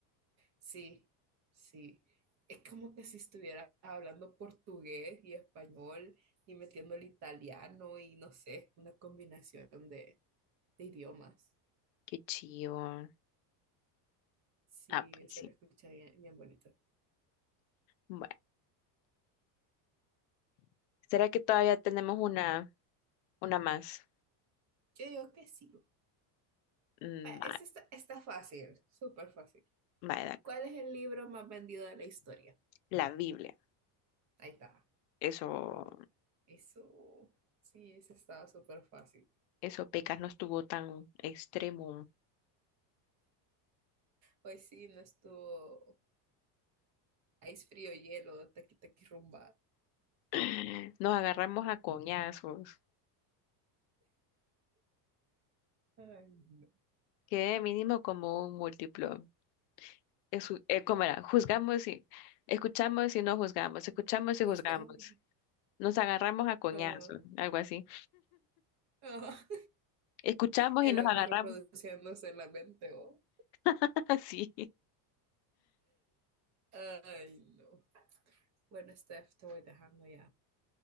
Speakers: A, on the right; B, on the left.
A: Sí, sí. Es como que si estuviera hablando portugués y español y metiendo el italiano y no sé, una combinación de, de idiomas.
B: Qué chivo.
A: Sí,
B: Ah, pues
A: se
B: sí.
A: lo escucha bien, bien bonito.
B: Bueno, ¿será que todavía tenemos una, una más?
A: Yo digo que sí. Bueno,
B: Mm, va-
A: este está, está fácil, súper fácil.
B: va, da-
A: ¿Cuál es el libro más vendido de la historia?
B: la Biblia.
A: Ahí está.
B: Eso.
A: Eso, sí, eso estaba súper fácil.
B: Eso pecas no estuvo tan extremo.
A: Hoy sí, no estuvo ice frío, hielo, taqui taqui rumba.
B: <laughs> Nos agarramos a coñazos.
A: Ay, no.
B: Quedé mínimo como un múltiplo. Es, eh, ¿cómo era? Juzgamos y escuchamos y no juzgamos. Escuchamos y
A: Juzgado.
B: juzgamos. Nos agarramos a coñazos,
A: Ah,
B: algo así.
A: ah,
B: Escuchamos
A: el
B: y nos
A: audio
B: agarramos.
A: reproduciéndose en la mente. oh.
B: <laughs> Así.
A: Ay, no. Bueno, Steph, te voy dejando ya.